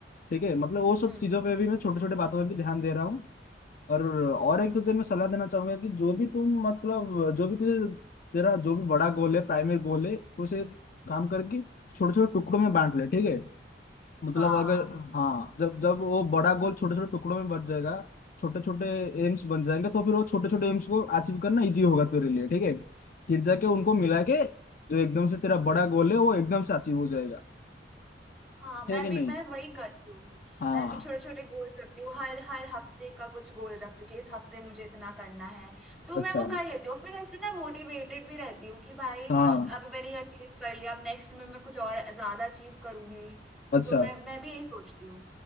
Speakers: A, on the left (about 50°); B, in the centre.
A: ठीक है मतलब वो सब
B: हम्म
A: चीज़ों पे भी मैं छोटे छोटे बातों पे भी ध्यान दे रहा हूँ और और एक तुझे मैं सलाह देना चाहूंगा कि जो भी तुम मतलब जो भी तुझे तेरा जो भी बड़ा गोल है प्राइमरी गोल है तो उसे काम करके छोटे छोटे टुकड़ों में बांट ले ठीक है मतलब
B: हाँ
A: अगर हाँ जब जब वो बड़ा गोल छोटे छोटे टुकड़ों में बट जाएगा छोटे छोटे एम्स बन जाएंगे तो फिर वो छोटे छोटे एम्स को अचीव करना इजी होगा तेरे लिए ठीक है फिर जाके उनको
B: हम्म
A: मिला के जो एकदम से तेरा बड़ा गोल है वो एकदम से अचीव हो जाएगा
B: हाँ मैं
A: है कि
B: भी
A: नहीं
B: मैं वही करती हूँ
A: हाँ
B: मैं भी छोटे छोटे गोल्स रखती हूँ हर हर हफ्ते का कुछ गोल रखती हूँ कि इस हफ्ते मुझे इतना करना है तो
A: अच्छा
B: मैं वो कर लेती हूँ फिर ऐसे ना मोटिवेटेड भी रहती हूँ कि भाई
A: हाँ
B: अभी मैंने ये अचीव कर लिया अब नेक्स्ट में मैं कुछ और ज्यादा अचीव करूंगी
A: अच्छा
B: तो मैं मैं भी यही सोचती हूँ